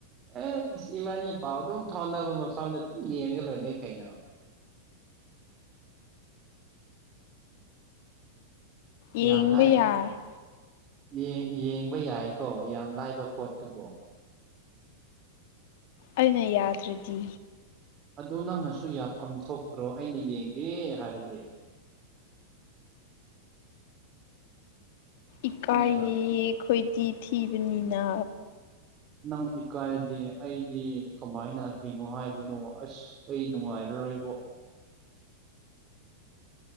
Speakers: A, on the right; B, on the left.
A: ꯑꯦꯁ ꯏꯕꯥꯅꯤ ꯄꯥꯎ ꯑꯗꯨꯝ ꯐꯥꯎꯅꯕ ꯃꯐꯝꯗ ꯑꯗꯨꯝ ꯌꯦꯡꯔꯒ ꯂꯣꯏꯔꯦ ꯀꯩꯅꯣ
B: ꯌꯦꯡꯕ
A: ꯌꯥꯝ ꯂꯥꯏ
B: ꯌꯥꯔꯦ
A: ꯌꯦ ꯌꯦꯡꯕ ꯌꯥꯏꯀꯣ ꯌꯥꯝ ꯂꯥꯏꯕ ꯄꯣꯠꯇꯨꯕꯨ
B: ꯑꯩꯅ ꯌꯥꯗ꯭ꯔꯗꯤ
A: ꯑꯗꯨ ꯅꯪꯅꯁꯨ ꯌꯥꯐꯝ ꯊꯣꯛꯇ꯭ꯔꯣ ꯑꯩꯅ ꯌꯦꯡꯒꯦ ꯍꯥꯏꯔꯗꯤ
B: ꯏꯀꯥꯏꯌꯦ
A: ꯅꯠꯇ꯭ꯔꯥ
B: ꯑꯈꯣꯏꯗꯤ ꯊꯤꯕꯅꯤꯅ
A: ꯅꯪ ꯏꯀꯥꯏꯔꯗꯤ ꯑꯩꯗꯤ ꯀꯃꯥꯏꯅ ꯍꯤꯡꯉꯣ ꯍꯥꯏꯕꯅꯣ ꯑꯁ ꯑꯩ ꯅꯨꯡꯉꯥꯏꯔꯔꯣꯏꯕꯣ